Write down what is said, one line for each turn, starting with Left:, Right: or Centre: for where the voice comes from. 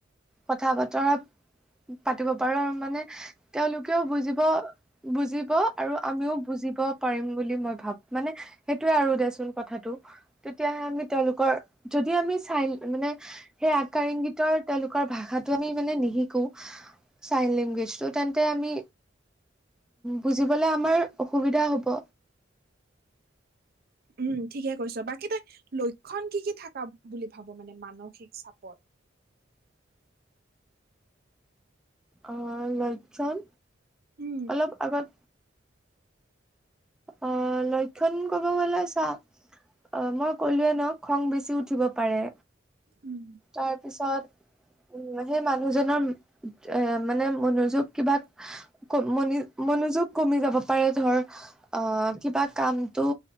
Centre: কথা বতৰা পাতিব পাৰোঁ আৰু মানে তেওঁলোকেও বুজি ব বুজিব আৰু আমিও বুজিব পাৰিম বুলি মই ভাব মানে সেইটোয়ে আৰু দেচোন কথাটো, তেতিয়াহে আমি তেওঁলোকৰ, যদি আমি চাইল মানে সেই আকাৰিংগিতৰ তেওঁলোকৰ ভাষাটো আমি মানে নিশিকো চাইল লেংগুৱেজটো তেন্তে আমি বুজিবলে আমাৰ অসুবিধা হ'ব।
Right: উম, ঠিকে কৈছ। বাকী তই লক্ষণ কি কি থাকা বুলি ভাব মানে মানসিক চাপত?
Centre: অ' লক্ষন,
Right: উম
Centre: অলপ আগত অ' লক্ষণ কব গ'লে চা অ' মই ক'লোৱে ন' খং বেচি উঠিব পাৰে।
Right: উম।
Centre: তাৰপিছত উ, সেই মানুহজনৰ এ, মানে মনোযোগ কিবা ক মনি-মনোযোগ কমি যাব পাৰে ধৰ আ, কিবা কামটো